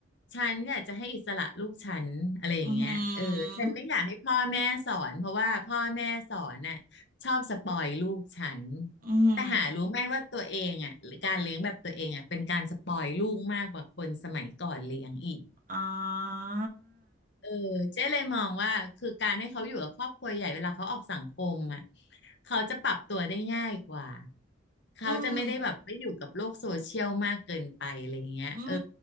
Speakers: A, on the left (about 60°); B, on the right (about 45°).
A: ฉันอยากจะให้อิสระลูกฉันอะไรอย่างเงี้ยเออฉันไม่อยากให้พ่อแม่สอนเพราะว่าพ่อแม่สอนน่ะชอบสปอยลูกฉัน
B: ออืมออือหือ
A: แต่หารู้ไหมว่าตัวเองอ่ะหรือการเลี้ยงแบบตัวเองอ่ะเป็นการสปอยลูกมากกว่าคนสมัยก่อนเลี้ยงอีก
B: อ่า
A: เออเจ๊เลยมองว่าคือการให้เขาอยู่กับครอบครัวใหญ่เวลาเขาออกสังคมอ่ะเขาจะปรับตัวได้ง่ายกว่าเขาจะไม่ได้แบบไม่อยู่กับโลกโซเชียลมากเกินไปอะไรเงี้ยเออ
B: อืมอื